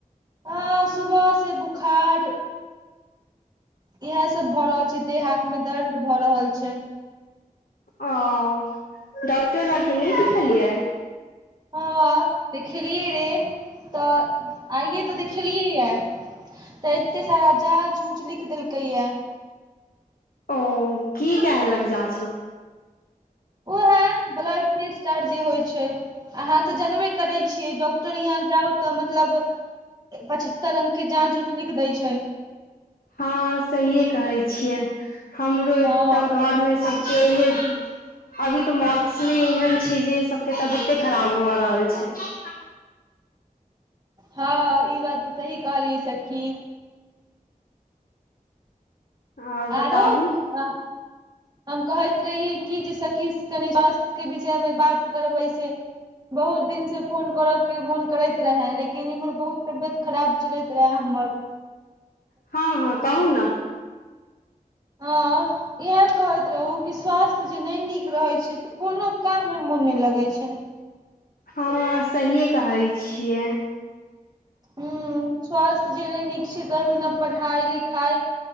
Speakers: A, on the right; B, on the left.
A: ह सुबह से बुखार इएह सब भऽ रहल छै देह हाथ में दर्द भऽ रहल छै
B: ओ डॉक्टर लग के नहि देखलियै
A: हँ देखलियै रे तऽ आइए तऽ देखलियै यै तऽ एते साराचार चुच लिख देलकै यै
B: ओ की केहलक जाँच मे
A: ओहे ब्लड टेस्ट आर जे होइ छै अहाँ तऽ जनबे करै छियै डॉक्टर यहाँ जाउ तऽ मतलब पचहत्तर रंग के जाँच ऊँच लिख दै छै
B: हँ सहित है कहै छियै हमरो
A: हँ
B: एतऽ घर मे सब छिययै इ अभी तऽ मौसमी एहन छै जे सबके तबियते खराब भ रहल छै
A: हँ ई बात तऽ सही कहलियै सखी
B: आओर बताबू
A: आरो अ हम कहैत रहियै कि जे सखी कनि स्वास्थ्य के विषयमे बात करबै से बहुत दिन से फोन करऽ के मोन करैत रहे लेकिन इम्हर बहुत तबियत खराब चलैत रहे हमर ह <inaudible>
B: हँ हँ कहू ना
A: हँ इएह कहैत रहू कि स्वास्थ्य जे नहि नीक रहैत छै कोनो काम मे मोन नहि लगै छै
B: हँ सहिए कहै छियै
A: ह स्वास्थ्य जे नहि नीक छै तऽभ ने पढ़ाइ लिखाई